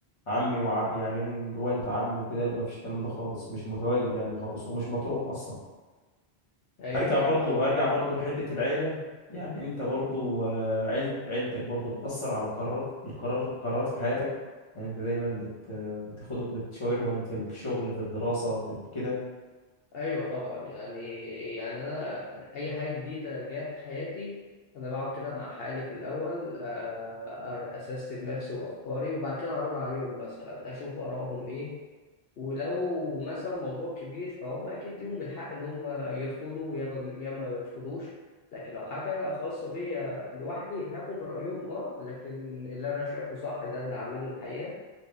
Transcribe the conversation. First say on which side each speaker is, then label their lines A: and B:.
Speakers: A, on the left; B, on the left.
A: عمي وع... يعني اللي هو انت عمي وكده لا ما فيش الكلام ده خالص مش متواجد يعني خالص ومش مطروح اصلا
B: ايوه
A: هرجع برضو
B: ايوه فاهم
A: هرجع برضو لحتة العيلة يعني انت برضو آه، عيل عيلتك برضو بتأثر على قرار القرار قرارات في حياتك يعني انت دايما بت بتاخد بتشاورهم في الشغل في الدراسة في ال- كده
B: ايوه طبعا يعني يعني انا اي حاجه جديده جايه في حياتي انا بقعد كده مع حالي في الاول آه، أر- اسستم نفسي وافكاري وبعد كده اعرض عليهم مثلا اشوف ارائهم ايه ولو مثلا موضوع كبير فهم اكيد ليهم الحق ان هم يرفضوا يا ما يا ما يرفضوش لكن لو حاجه خاصه بيا لوحدي هاخد رايهم اه لكن اللي انا شايفه صح ده اللي هعمله الحقيقه